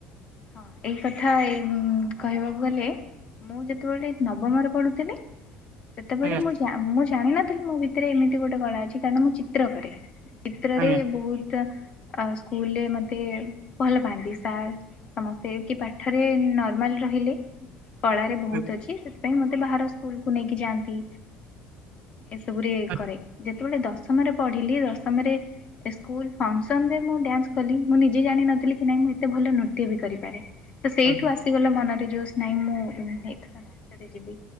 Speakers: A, on the left (about 30°); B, on the right (about 50°).
A: ହଁ ଏଇ କଥା କହିବାକୁ ଗଲେ ମୁଁ ଯେତେବେଳେ ନବମରେ ପଢୁଥିଲି ସେତେବେଳେ
B: ଆଜ୍ଞା
A: ମୁଁ ମୁଁ ଜାଣିନଥିଲି ମୋ ଭିତରେ ଏମିତି ଗୋଟେ କଳା ଅଛି କାରଣ ମୁଁ ଚିତ୍ର କରେ। ଚିତ୍ରରେ
B: ଆଜ୍ଞା
A: ବୋହୁତ ଅ ସ୍କୁଲରେ ମତେ ଭଲ ପାଆନ୍ତି ସାର୍। ସମସ୍ତେ କି ପାଠରେ ନର୍ମାଲ ରହିଲେ କଳାରେ ବୋହୁତ
B: ଆଜ୍ଞା।
A: ଅଛି। ପାଇଁ ମତେ ବାହାର ସ୍କୁଲ କୁ ନେଇକି ଯାଆନ୍ତି ଏସବୁ ରେ
B: ଆଜ୍ଞା
A: କରେ ଜେତ ଯେତେବେଳେ ଦଶମରେ ପଢ଼ିଲି ଦଶମରେ ସ୍କୁଲ ଫଂକ୍ସନ ରେ ମୁଁ ଡ୍ୟାନ୍ସ କଲି ମୁଁ ନିଜେ ଜାଣିିନଥିଲି କି ନାଇଁ ମୁଁ ଏତେ ଭଲ ନୁର୍ ତ୍ୟ କରିପାରେ ତ ସେଇଠୁ
B: ଆଜ୍ଞା
A: ଆସି <unintelligible> ଗଲେ ମନରେ ଜୋସ୍ ନାହିଁ ମୁଁ ଏଥର ନାଚରେ ଯିବି